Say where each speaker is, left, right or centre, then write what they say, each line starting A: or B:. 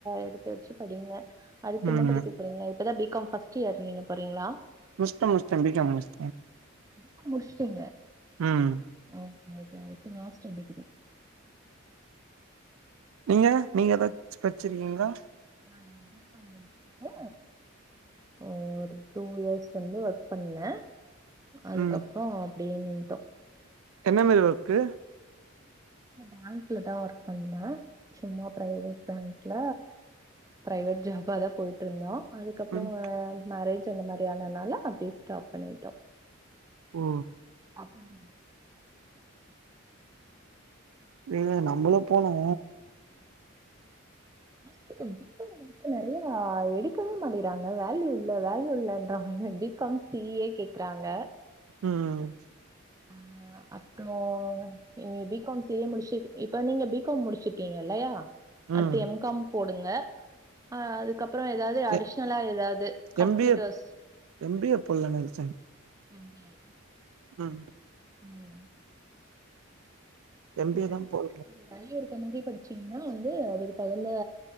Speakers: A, on the right (about 15°); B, on the right (about 75°).
A: எடுத் து வச்சி படிங்க அடுத்து
B: ம்
A: என்ன படிக்க போறீங்க இப்பதா பிகாம் ஃபஸ்ட் இயர் நீங்க போறீங்ளா
B: முஷ்ட முஷ்ட பிகாம் முஷ்
A: பிகாம் முடிஸ்டீங்க
B: ம்
A: ஓகே ஓகே அடுத்து மாஸ்டர் டிகிரி
B: நீங்க நீங்க ஏதாச்சு படிச்சிருக்கீங்ளா
A: நானா பிகாம் முடிச்சுட்டு ஒரு டூ இயர்ஸ் வந்து ஒர்க் பண்ணே அதுக்கப்றோ
B: ம்
A: அப்டியே நின்ட்டோ
B: என்ன மாரி ஒர்க்கு
A: நா பேங்க்ல தா ஒர்க் பண்ண சும்மா பிரைவேட் பேங்க்ல பிரைவேட் ஜாப்பாதா போயிட்டுருந்தோ அதுக்கப்றோ
B: ம்
A: மேரேஜ் சோ இந்த மாரியானனால அப்டியே ஸ்டாப் பண்ணிட்டோ
B: ஓ
A: அப்றோ என்னங்க
B: இது நம்மளு போனோ
A: மஸ்கிட்டோ நிக்காத நறையா எடுக்கவே மாட்டிங்கிறாங்க வேல்யூ இல்ல வேல்யூ இல்லன்றாங்க எப்டி பி காம் சி ஏ கேக்றாங்க
B: ம்
A: அ அப்றோ நீங்க பிகாம் சி ஏ முடிச்சிட்டு இப்ப நீங்க பிகாம் முடிச்சிருக்கீங்க இல்லையா
B: ம்
A: அடுத்து எம் காம் போடுங்க அ அதுக்கப் புறோ ஏதாவது அடிஷ்னலா
B: எ
A: ஏதாவது computers
B: M B A M B A போடலானு நெனச்சே
A: எம் ஏ
B: ம்
A: ம்
B: எம் பி ஏ
A: படிச்சிங்ளா
B: தா போடனு
A: வேல்யூ இருக்க மாரி படிச்சீங்னா வந்து அதுக்கு தகுந்த